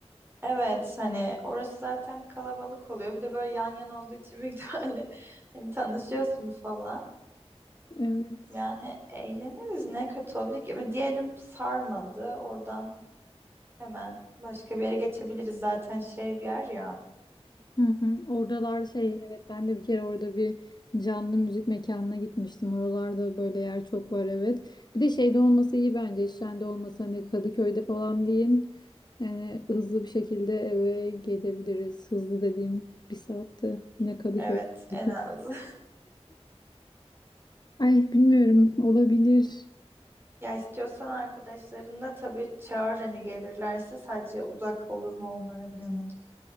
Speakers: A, on the right (about 20°); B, on the left (about 40°).
A: Evet hani orası zaten kalabalık oluyor. Bir de böyle yan yana olduğu için büyük ihtimalle <laughs> hani tanışıyorsun falan.
B: <laughs> Evet.
A: Yani eğleniriz ne kötü olabilir ki. Ama Diyelim sarmadı oradan hemen başka bir yere geçebiliriz zaten şey bir yer ya.
B: Hı hı. Oradalar şey
A: Hani
B: evet ben de bir kere orada bir canlı müzik mekanına gitmiştim. Oralarda böyle yer çok var evet. Bir de şeyde olması iyi bence. Şende olması hani Kadıköy'de falan değil. Yani hızlı bir şekilde eve gelebiliriz. Hızlı dediğim bir saatte yine Kadıköy.
A: evet en
B: <laughs>
A: az. <laughs>
B: Ay bilmiyorum olabilir.
A: Ya istiyorsan arkadaşlarını da tabii çağır hani gelirlerse sadece uzak olur mu onlara bilemedim.